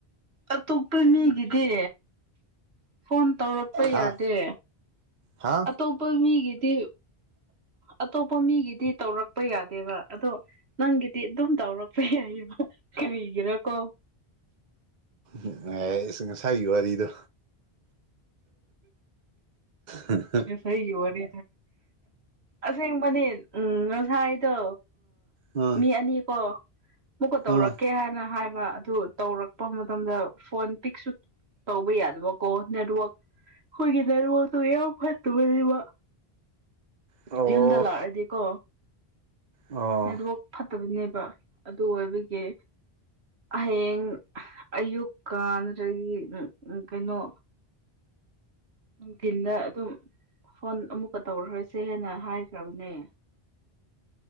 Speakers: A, on the right; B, on the right.
A: ꯑꯇꯣꯞꯄ ꯃꯤꯒꯤꯗꯤ ꯐꯣꯟ ꯇꯧꯔꯛꯄ
B: ꯍꯥ
A: ꯌꯥꯗꯦ
B: ꯍꯥ
A: ꯑꯇꯣꯞꯄ ꯃꯤꯒꯤꯗꯤ ꯑꯇꯣꯞꯄ ꯃꯤꯒꯤꯗꯤ ꯇꯧꯔꯛꯄ ꯌꯥꯗꯦꯕ ꯑꯗꯣ ꯅꯪꯒꯤꯗꯤ ꯑꯗꯨꯝ ꯇꯧꯔꯛꯄ ꯌꯥꯏꯌꯦꯕ ꯀꯔꯤꯒꯤꯔꯀꯣ
B: ꯎꯝ ꯑꯦꯁ ꯉꯁꯥꯏꯒꯤ ꯋꯥꯔꯤꯗꯣ ꯎꯝ <unintelligible>
A: ꯉꯁꯥꯏꯒꯤ ꯋꯥꯔꯤ ꯑꯁꯦꯡꯕꯅꯤ ꯎꯝ ꯉꯁꯥꯏꯗꯣ
B: ꯑꯥ
A: ꯃꯤ ꯑꯅꯤꯀꯣ ꯃꯨꯛꯀ ꯇꯧꯔꯛꯀꯦ
B: ꯑꯥ
A: ꯍꯥꯏꯅ ꯍꯥꯏꯕ ꯑꯗꯨ ꯇꯧꯔꯛꯄ ꯃꯇꯝꯗ ꯐꯣꯟ ꯄꯤꯛꯁꯨ ꯇꯧꯕ ꯌꯥꯗꯕ ꯀꯣ ꯅꯦꯠꯋꯥꯛ ꯑꯈꯣꯏꯒꯤ ꯅꯦꯠꯋꯥꯔꯛꯇꯣ ꯌꯥꯝ ꯐꯠꯇꯕꯅꯦꯕ
B: ꯑꯣ
A: ꯌꯨꯝꯗ ꯂꯥꯛꯑꯗꯤꯀꯣ
B: ꯑꯣ
A: ꯅꯦꯠꯋꯥꯛ ꯐꯠꯇꯕꯅꯦꯕ ꯑꯗꯨ ꯑꯣꯏꯕꯒꯤ ꯍꯌꯦꯡ ꯑꯌꯨꯛ ꯀꯥꯟꯗ꯭ꯔꯗꯤ ꯀꯩꯅꯣ
B: <inaudible>
A: ꯅꯨꯡꯊꯤꯟꯗ ꯑꯗꯨꯝ ꯐꯣꯟ ꯑꯃꯨꯛꯀ ꯇꯧꯈ꯭ꯔꯣꯁꯦ ꯍꯥꯏꯅ ꯍꯥꯏꯈ꯭ꯔꯕꯅꯦ